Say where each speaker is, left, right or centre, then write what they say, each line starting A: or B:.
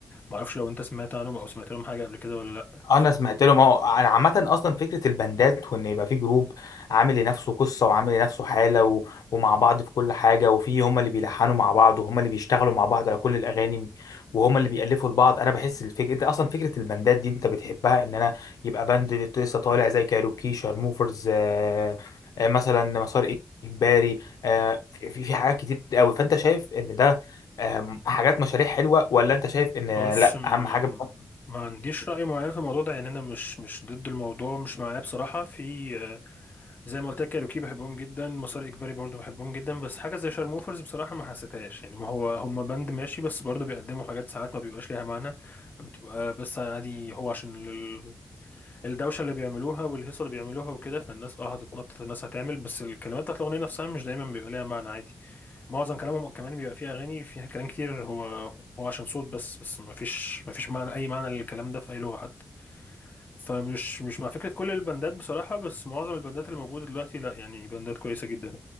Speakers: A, on the left; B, on the left.
A: معرفش لو أنت سمعت عنهم أو سمعت لهم حاجة قبل كده ولا لأ
B: اه
A: بس-
B: انا سمعت له ما هو انا عامه اصلا فكره البندات وان يبقى في جروب عامل لنفسه قصه وعامل لنفسه حاله و... ومع بعض في كل حاجه وفي هم اللي بيلحنوا مع بعض وهم اللي بيشتغلوا مع بعض على كل الاغاني وهم اللي بيالفوا لبعض انا بحس الفكره انت اصلا فكره البندات دي انت بتحبها ان انا يبقى بند لسه طالع زي كايروكي شارموفرز آه... آه... مثلا مسار اجباري آه... في في حاجات كتير قوي فانت شايف ان ده آه... حاجات مشاريع حلوه ولا انت شايف ان
A: بص
B: لا
A: ما,
B: اهم حاجه
A: ما عنديش رأي معين في الموضوع ده يعني أنا مش مش ضد الموضوع مش معاه بصراحة في زي ما قلت لك كايروكي بحبهم جدا مسار اجباري برضو بحبهم جدا بس حاجه زي شارموفرز بصراحه ما حسيتهاش يعني ما هو هم باند ماشي بس برضو بيقدموا حاجات ساعات ما بيبقاش ليها معنى بتبقى بس عادي هو عشان ال- الدوشه اللي بيعملوها والهيصه اللي بيعملوها وكده فالناس اه هتتنطط الناس هتعمل بس الكلمات بتاعت الاغنيه نفسها مش دايما بيبقى ليها معنى عادي معظم كلامهم كمان بيبقى فيها اغاني فيها كلام كتير هو هو عشان صوت بس بس ما فيش ما فيش معنى اي معنى للكلام ده في اي لغه حتى فمش مش مع فكرة كل البندات بصراحة بس معظم البندات اللي موجودة دلوقتي لا يعني بندات كويسة جدا